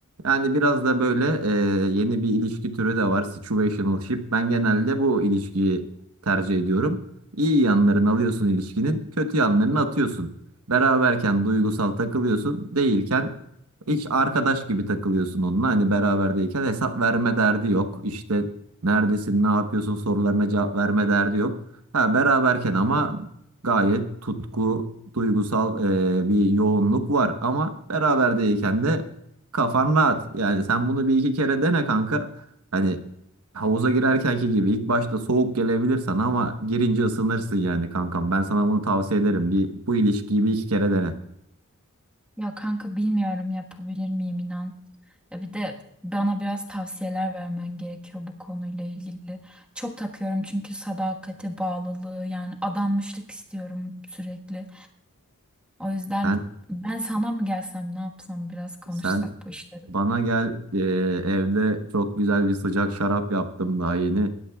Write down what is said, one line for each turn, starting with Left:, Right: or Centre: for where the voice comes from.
Right: yani biraz da böyle e, yeni bir ilişki türü de var. Situationship. Ben genelde bu ilişkiyi tercih ediyorum. İyi yanlarını alıyorsun ilişkinin, kötü yanlarını atıyorsun. Beraberken duygusal takılıyorsun, değilken hiç arkadaş gibi takılıyorsun onunla. Hani beraberdeyken hesap verme derdi yok. İşte neredesin, ne yapıyorsun sorularına cevap verme derdi yok. Ha, beraberken ama gayet tutku, duygusal e, bir yoğunluk var. Ama beraber değilken de kafan rahat. Yani sen bunu bir iki kere dene kanka. Hani havuza girerkenki gibi ilk başta soğuk gelebilir sana ama girince ısınırsın yani kankam. Ben sana bunu tavsiye ederim. Bir, bu ilişkiyi bir iki kere dene.
Centre: Ya kanka bilmiyorum yapabilir miyim inan. Ya bir de bana biraz tavsiyeler vermen gerekiyor bu konuyla ilgili. Çok takıyorum çünkü sadakati, bağlılığı yani adanmışlık istiyorum sürekli. O yüzden
Right: Sen
Centre: ben sana mı gelsem ne yapsam biraz konuşsak
Right: sen
Centre: bu işleri.
Right: Bana gel e, evde çok güzel bir sıcak şarap yaptım daha yeni.